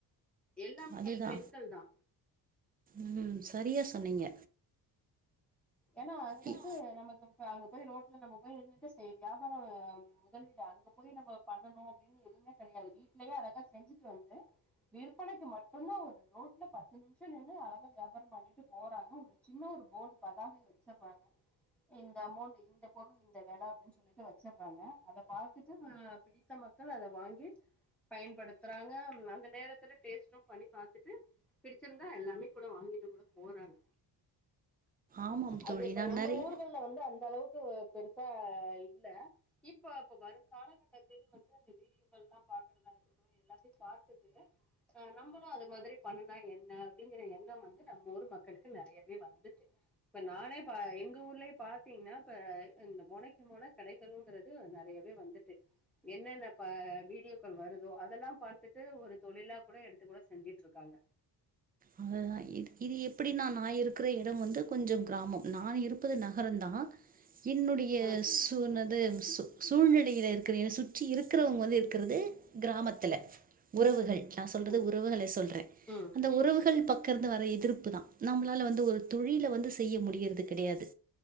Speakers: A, in the centre; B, on the right (about 20°).
A: எல்லாமே
B: அதேதா
A: வந்து பெண்கள் தா
B: ம் சரியாக சொன்னீங்க
A: ஏன்னா அது
B: இ-
A: வந்து நமக்கு இப்ப அங்க போய் ரோட்ல நம்ம போய் இருந்துட்டு சேரி வியாபாரம் முதலீடு அங்க போய் நம்ம பண்ணனும் அப்டினு எதுமே கெடையாது வீட்லயே அழகா செஞ்சுட்டு வந்து விற்பனைக்கு மட்டும்தான் ஒரு ரோட்ல பத்து நிம்ஷோ நின்னு அழகா வியாபாரம் பண்ணிட்டு போறாங்க உங்க ஜின்ன ஒரு போர்டு பதாகை வச்சர்றாங்க இந்த அமௌண்ட் இந்த பொருள் இந்த வெ அப்டின் சொல்லிட்டு வச்சறாங்க அத பாத்துட்டு இத்த மக்கள் அத வாங்கி பயன்படுத்துறாங்க அந்த நேரத்துல டேஸ்ட்டும் பண்ணி பாத்துட்டு பிடிச்சிருந்தா எல்லாமே கூட வாங்கிட்டு கூட போறாங்க
B: ஆமாம்
A: அது
B: தோழி
A: இப்ப
B: நான்
A: நம்ம
B: நெறைய
A: ஊர்கள்ல வந்து அந்த அளவுக்கு பெருசா இல்ல இப்ப இப்ப வரும் காலகட்டத்தில் வந்து அந்த வீ தாம் பாக்குறதா இருக்கட்டும் எல்லாத்தயும் பாத்துட்டு ஆ நம்மளும் அது மாதிரி பண்னுனா என்ன அப்படிங்கற எண்ணம் வந்து நம்ம ஊர் மக்களுக்கு நெறையவே வந்துட்டு இப்ப நானே பா எங்க ஊர்லயே பாத்தீங்கன்னா ப இப்ப இந்த மொனைக்கு மொன்ன கடைக்கறங்க கு நறயவே வந்துட்டு என்னென்ன ப வீடியோக்கள் வருதோ அதெல்லாம் பாத்துட்டு ஒரு தொழிலா கூட எடுத்து கூட செஞ்சுட்டு இருக்காங்க
B: அததான் இ இ இது எப்டினா நா இருக்கற இடம் வந்து கொஞ்சம் கிராமம் நா இருப்பது நகரந்தான் என்னுடைய
A: ம்
B: ஒன்னு அது சூ சூழ்நிலைல இருக்கிற என்ன சுற்றி இருக்கிறவங்க வந்து இருக்கிறது கிராமத்துல உறவுகள் நான் சொல்றது
A: ம்
B: உறவுகள சொல்றே
A: ம்
B: அந்த உறவுகள் பக்கம் வர எதிர்ப்புதா நம்மளால வந்து ஒரு தொழில வந்து செய்ய முடியறது கெடையாது